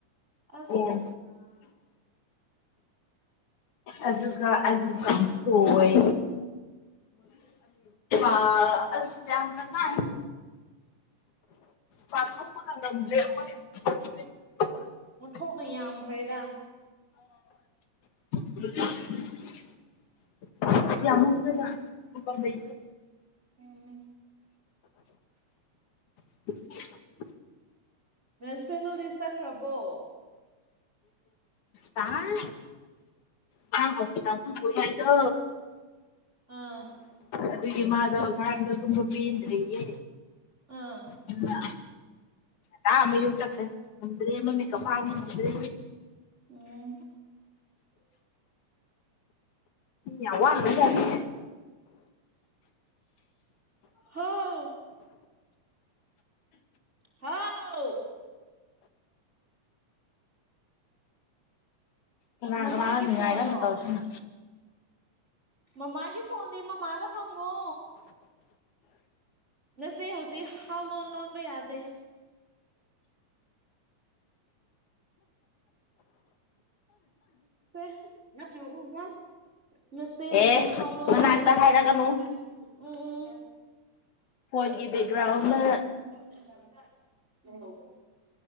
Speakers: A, on the right; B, on the left.
A: ꯑꯁ
B: ꯌꯦ ꯑꯗꯨꯒ ꯀꯣꯏ ꯑ ꯑꯁ ꯌꯥꯝꯅꯉ ꯄꯥꯊꯣꯛꯄꯒ ꯉꯝꯗ꯭ꯔꯦ ꯑꯩꯈꯣꯏ <unintelligible>
A: ꯑꯣꯟꯊꯣꯛꯅ ꯌꯥꯝꯈ꯭ꯔꯦꯗ
B: <unintelligible> ꯌꯥꯝꯃꯟꯕ ꯖꯥꯠꯅꯤ ꯊꯝꯕꯝ ꯂꯩꯇ꯭ꯔꯦ꯫
A: ꯎꯝ
B: <unintelligible>
A: ꯃꯦꯟꯁꯤꯂꯨꯗꯤ ꯆꯠꯈ꯭ꯔꯕꯣ
B: ꯇꯥꯍꯟ ꯉꯥꯡꯣ ꯇꯊꯕ ꯌꯥꯏꯗꯣ
A: ꯑꯥ
B: ꯑꯗꯨꯒꯤ ꯃꯥꯗꯣ ꯉꯔꯥꯡꯗꯣ ꯊꯨꯝꯕ ꯄꯦꯟꯗ꯭ꯔꯌꯦ
A: ꯑꯥ
B: ꯑꯗꯨꯒ ꯗꯥ ꯃꯌꯨꯝ ꯆꯠꯈꯔꯦ ꯗ꯭ꯔꯦ ꯃꯃꯤꯠꯀ ꯄꯥꯡ ꯉꯝꯗ꯭ꯔꯦ
A: ꯎꯝ
B: ꯌꯥꯝ ꯋꯥꯒꯔꯥꯖꯥꯠꯅꯤ
A: ꯍꯥꯎ ꯍꯥꯎ
B: ꯀꯅꯥ
A: ꯃꯃꯥꯒꯤ
B: ꯀꯅꯥꯅꯣ ꯅꯤꯉꯥꯏ
A: ꯐꯣꯟꯂꯣ
B: ꯀꯟꯅ ꯇꯧꯔꯤꯁꯤꯅ
A: ꯃꯃꯥꯒꯤ ꯐꯣꯟꯗꯤ ꯃꯃꯥꯗ ꯍꯣꯉꯣ ꯅꯁꯦ ꯍꯧꯖꯤꯛ ꯍꯥꯎ ꯂꯣꯟ ꯂꯣꯟꯕ ꯌꯥꯗꯦ ꯁꯦ ꯄꯤꯔꯎꯒ ꯅꯆꯦ ꯍꯖꯥꯛꯗ
B: ꯑꯦ
A: ꯍꯥꯎ ꯂꯣꯟ
B: ꯃꯅꯥꯛꯇ
A: ꯂꯤꯟꯕ ꯌꯥꯗꯦ
B: ꯍꯥꯏꯔꯛꯀꯅꯨ
A: ꯎꯝ ꯎꯝ
B: ꯐꯣꯟꯒꯤ ꯕꯦꯛꯒ꯭ꯔꯥꯎꯟꯗ
A: ꯍꯦ <inaudible> ꯑꯣ